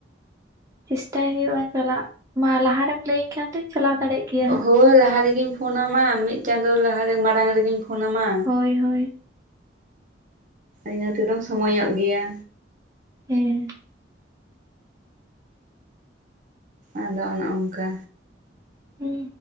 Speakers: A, on the right; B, on the right.
A: ᱪᱮᱥᱴᱟᱭ ᱦᱩᱭᱩᱜ-ᱟ ᱪᱟᱞᱟᱜ, ᱢᱟ ᱞᱟᱦᱟ ᱨᱮᱢ ᱞᱟᱹᱭᱟᱹᱧ ᱠᱷᱟᱱ ᱫᱚ ᱪᱟᱞᱟᱣ ᱫᱟᱲᱮᱭᱟᱜ᱾ ᱜᱮᱭᱟ ᱦᱟᱸᱜ
B: ᱦᱳᱭ, ᱞᱟᱦᱟ ᱨᱮᱜᱤᱧ ᱯᱷᱳᱱᱟᱢᱟ, ᱢᱤᱫ ᱪᱟᱸᱫᱚ ᱞᱟᱦᱟᱨᱮ ᱢᱟᱲᱟᱝ ᱨᱮᱜᱤᱧ ᱯᱷᱳᱱᱟᱢᱟ᱾
A: ᱦᱳᱭ ᱦᱳᱭ
B: ᱤᱱᱟᱹ ᱛᱮᱫᱚᱢ ᱥᱚᱢᱚᱭᱚᱜ ᱜᱮᱭᱟ᱾
A: ᱦᱩᱸ᱾
B: ᱟᱫᱚ ᱚᱱᱮ ᱚᱱᱠᱟ᱾
A: ᱦᱩᱸ